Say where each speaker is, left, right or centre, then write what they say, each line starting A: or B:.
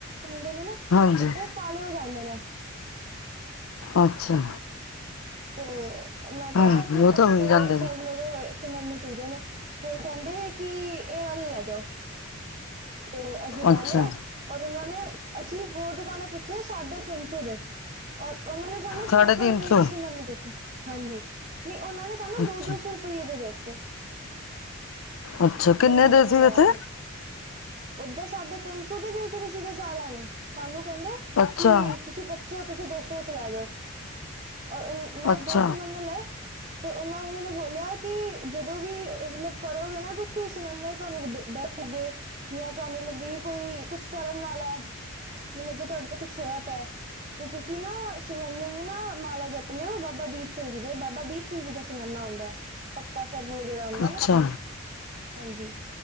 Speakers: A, on the right; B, on the left.
A: ਮਿਲਦੇ ਨੇ ਨਾ
B: ਹਾਂਜੀ।
A: ਉਹ ਕਾਲੇ ਹੋ ਜਾਂਦੇ ਨੇ।
B: ਅੱਛਾ।
A: ਤੇ ਮੈਂ ਕਿਆ
B: ਹਾਂਜੀ
A: ਕਿ
B: ਉਹ
A: ਪੱਕੇ
B: ਤਾਂ ਹੋਈ ਜਾਂਦੇ
A: ਸਰਬ
B: ਨੇ
A: ਲੋ ਦੇ ਸਿਮਰਨੇ ਚਾਈਦੇ ਨੇ ਤੇ ਉਹ ਕਹਿੰਦੇ ਕਿ ਇਹ ਵਾਲੇ ਲੈ ਜਾਓ। ਤੇ ਅਸੀਂ ਲੈ
B: ਅੱਛਾ
A: ਲਿਆ। ਔਰ ਉਨਾਂ ਨੇ ਅਸੀਂ ਹੋਰ ਦੁਕਾਨ ਪੁੱਛੇ ਸਾਢੇ ਤਿੰਨ ਸੌ ਦੇ, ਔਰ ਉਨਾਂ ਨੇ ਤੂਆਨੂੰ ਸੋ-ਸੋ
B: ਸਾਢੇ ਤਿੰਨ
A: ਰੁਪੇ
B: ਸੌ
A: ਦੀ ਸਿਮਰਨੇ ਦਿੱਤ ਹਾਂਜੀ, ਨੀ ਓਨਾਂ ਨੇ ਸਾਨੂੰ
B: ਅੱਛਾ
A: ਦੋ-ਦੋ ਸੋ ਰ ਫਿਰ ਅਈ ਓ ਦੇਤੇ
B: ਅੱਛਾ, ਕਿੰਨੇ
A: ਮੈਂ
B: ਦੇ
A: ਦੋ
B: ਸੀ
A: ਲੈ
B: ਵੇਸੇ?
A: ਆਈ। ਓਦਾਂ ਸਾਢੇ ਤਿੰਨ ਸੌ ਦੇ ਵੇਚ ਰੇ ਸੀਗੇ ਸਾਰੇਆਂ ਨੂੰ, ਸਾਨੂੰ ਕੈਂਦੇ
B: ਅੱਛਾ
A: ਕਿ ਤੁਸੀਂ ਬ ਚਲੋ ਤੁਸੀਂ ਦੋ ਸੌ 'ਚ ਲੈ ਜੋ, ਔਰ ਅ ਮੈਂ
B: ਅੱਛਾ
A: ਦੋ ਸਿਮਰਨੇ ਲਏ ਤੇ ਓਨਾਂ ਨੇ ਮੈਨੂੰ ਬੋਲੇਆ ਕਿ ਜਦੋਂ ਵੀ ਅ ਮਲਬ ਕਰੋਗੇ ਨਾ ਤੁਸੀਂ ਸਿਮਰਨੇ ਤੁਆਨੂੰ ਡ ਡ ਲਗੇ, ਯਾ ਤੁਆਨੂੰ ਲੱਗੇ ਕੀ ਕੋਈ ਕੁਛ ਕਰਨ ਵਾਲਾ ਐ ਵੇ ਲੱਗੇ ਤੁਆਡੇ ਤੇ ਕੁੱਛ ਹੋਯਾ ਪੈ ਤੇ ਤੁਸੀਂ ਨਾ ਸਿਮਰਨੇ ਦੀ ਨਾ ਮਾਲਾ ਜੱਪ ਲੇਓ ਬਾਬਾ ਦੀਪ ਸਿੰਘ ਜੀ ਦੀ ਏ ਬਾਬਾ ਦੀ ਪ ਸਿੰਘ ਜੀ ਦਾ ਸਿਮਰਨਾ ਹੁੰਦੈ ਪੱਕਾ ਸਰਬ ਲੋ ਜੇੜਾ ਹੁੰਦੈ
B: ਅੱਛਾ,
A: ਨਾ, ਹਾਂਜੀ